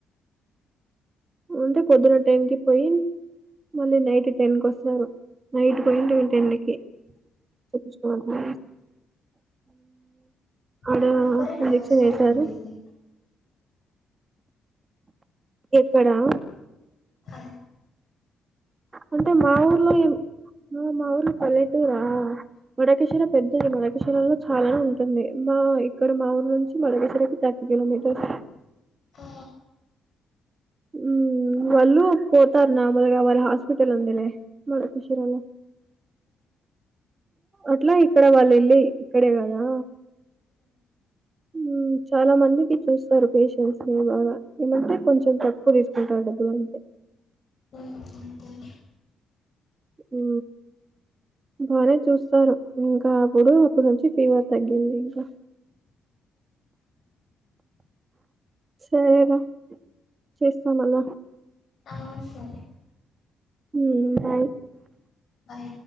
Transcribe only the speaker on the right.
ఉంటె పొద్దున టెయిన్ కి పొయ్ మళ్ళీ నైట్ టెన్ కొస్సారు నైట్ పోయిండు టెన్ కి ఊ ఆడూ
ఇంజక్షన్
వేసారు
కడా
అంటే మా ఊర్లో ఏం మ మా ఊర్లు పల్లెటూరా మడకేశ్వర పెద్దది మడకేశ్వర లో చాలానే ఉంటుంది మా ఇక్కడ మా ఊరు నుంచి మడకేశ్వరకి తగ్ కిలోమీటర్స్
ఊ వాళ్ళు పోతార్ నార్మల్గా వాళ్ళు హాస్పిటల్ ఉండెలే మడకేశ్వరలో అట్లా ఇక్కడ వాళ్ళ ఇళ్ళు ఇక్కడే గదా ఊ చాలా మందికి ఇచ్చస్తారు పేషెంట్స్ ని బాగా ఏందంటే కొంచెం తె కు తీస్కుంటవంట బా ఉంటే
ఊ బానే చూస్తారు ఇంకా అప్పుడు అప్పుడు నుంచి ఫీవర్ తగ్గింది ఇంక సరేరా చేస్తా మళ్ళ
ఊమ్ బాయ్